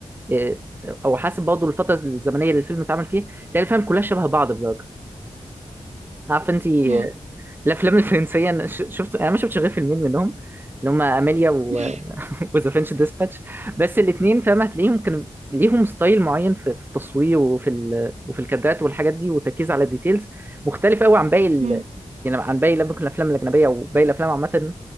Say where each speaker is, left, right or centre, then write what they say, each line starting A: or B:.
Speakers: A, on the right; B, on the right.
A: آه، او حسب برضه الفتره الزمنيه اللي الفيلم اتعمل فيها تلاقي الافلام كلها شبه بعض بدرجه عارف انت
B: مم.
A: الافلام الفرنسيه أنا ش- شفت انا ما شفتش غير فيلمين منهم اللي هم اميليا و...
B: <laughs>
A: <laughs> وذا فرنش ديسباتش بس الاثنين فاهم هتلاقيهم كانوا ليهم ستايل معين في في التصوير وفي ال... وفي الكادرات والحاجات دي والتركيز على الديتيلز مختلف قوي عن باقي ال...
B: مم.
A: يعني عن باقي ممكن الافلام الاجنبيه او باقي الافلام عامه